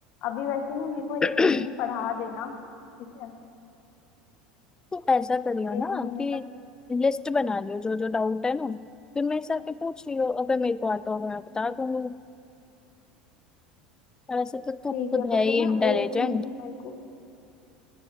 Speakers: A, on the left; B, on the left.
A: अभी वैसे ना मेरे को
B: तो
A: एक महीने पढ़ा देना ठीक है
B: ऐसा करियो
A: एक
B: ना
A: महीने
B: कि
A: तक
B: लिस्ट बना लियो जो जो डाउट है ना फिर मेरे से आके पूछ लियो अगर मेरे को आता होगा मैं
A: हम्म।
B: बता दूंगी वैसे तो तू
A: ठीक
B: खुद
A: है तो
B: है ही
A: फिर ना
B: इंटेलिजेंट
A: एक महीने मेरे को